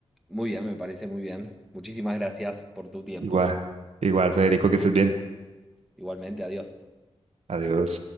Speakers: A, in the centre; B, on the right.
A: muy bien, me parece muy bien. Muchísimas gracias por tu tiempo.
B: Igual, igual, Federico, que estés bien.
A: Igualmente, adiós.
B: Adiós.